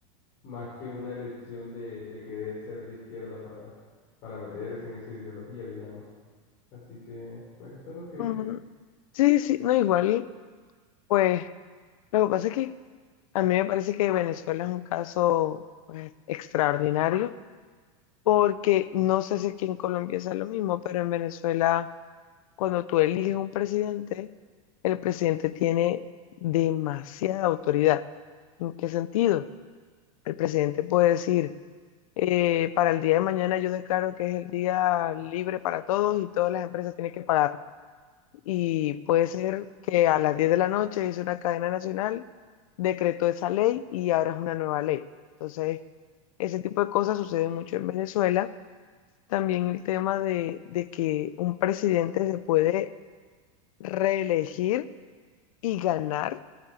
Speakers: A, on the left; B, on the left.
A: más que una elección de, de querer ser de izquierda para, para meterse en esa ideología, digamos. Así que es- pues eso es lo que,
B: Mm, Sí, sí, no, igual, pues lo que pasa es que a mí me parece que Venezuela es un caso pues, extraordinario, porque no sé si aquí en Colombia es lo mismo, pero en Venezuela, cuando tú eliges un presidente, el presidente tiene demasiada autoridad. ¿En qué sentido? El presidente puede decir, eh, para el día de mañana yo declaro que es el día libre para todos y todas las empresas tienen que pagar y puede ser que a las 10 de la noche hizo una cadena nacional, decretó esa ley y ahora es una nueva ley. Entonces, ese tipo de cosas sucede mucho en Venezuela. También el tema de, de que un presidente se puede reelegir y ganar